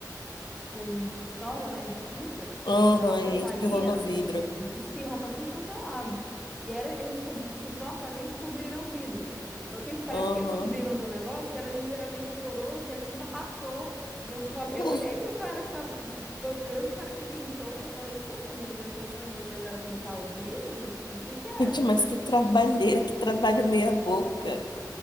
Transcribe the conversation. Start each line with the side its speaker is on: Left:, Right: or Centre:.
Centre: com pistola, né, de tinta,
Left: Uhum.
Centre: e aquela porcaria
Left: E aí espirrou no vidro.
Centre: espirra para tudo quanto é lado. E era, eles co- supostamente cobriram o vidro. Só que ele parece
Left: Uhum.
Centre: que eles cobriram com um negócio que era ligeiramente poroso e a tinta passou. E eu falei,
Left: <laughs>
Centre: eu olhei pro cara que tava que foi o mesmo cara que pintou, e eu falei, escuta, mas a intenção de vocês era pintar o vidro? O que que era?
Left: Gente, mas que trabalheira, que trabalho meia boca.